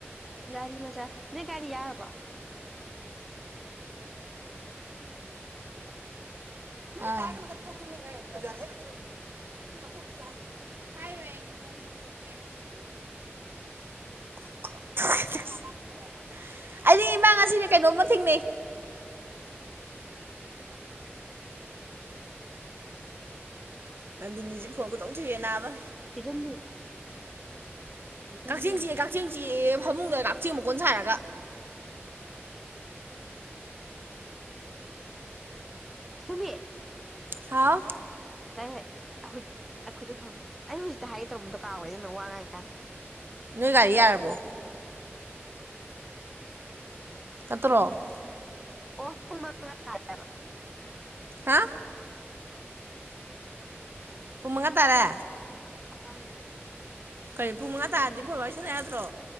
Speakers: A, in the centre; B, on the right.
A: ꯒꯥꯔꯤ ꯃꯆꯥ ꯅꯣꯏ ꯒꯥꯔꯤ ꯌꯥꯔꯕꯣ
B: ꯑꯥ <unintelligible> <unintelligible> ꯑꯩꯗꯤ ꯏꯃꯥꯡ ꯑꯁꯤꯅꯦ ꯀꯩꯅꯣꯝꯃ ꯊꯦꯡꯅꯩ ꯅꯟꯗꯤꯅꯤꯁꯤ ꯐꯣꯟꯇꯧ ꯊꯨꯔꯦ ꯅꯥꯕꯥ
A: ꯆꯦꯇꯨꯝꯕꯤ ꯆꯦꯇꯨꯝꯕꯤ
B: ꯀꯛꯆꯤꯡꯁꯤ ꯐꯃꯨꯡꯗ ꯀꯛꯆꯦꯡ ꯃꯣꯟ ꯁꯥꯥꯏꯔꯒ
A: ꯁꯤꯇꯃꯦ
B: ꯍꯥꯥꯎ
A: ꯀꯩ ꯑꯩꯈꯣꯏꯁꯨ ꯁꯥꯎꯅꯤ ꯑꯩ ꯍꯧꯖꯤꯛꯇ ꯍꯥꯏꯒꯦ ꯇꯧꯔꯝꯕꯗꯣ ꯀꯥꯕꯏ ꯑꯗꯨꯅ ꯋꯥ ꯉꯥꯡꯥꯏ ꯀꯥꯟꯗ
B: ꯅꯣꯏ ꯒꯥꯔꯤ ꯌꯥꯔꯕꯣ ꯅꯠꯇ꯭ꯔꯣ
A: ꯑꯣꯐꯨꯜ <unintelligible>
B: ꯍꯥ ꯄꯨꯡ ꯃꯉꯥ ꯇꯥꯔꯦ
A: ꯑꯥꯎ
B: ꯀꯔꯤ ꯄꯨꯡ ꯃꯉꯥ ꯇꯥꯔꯗꯤ ꯐꯣꯟ ꯋꯥꯔꯤ ꯁꯥꯟꯅ ꯌꯥꯗ꯭ꯔꯣ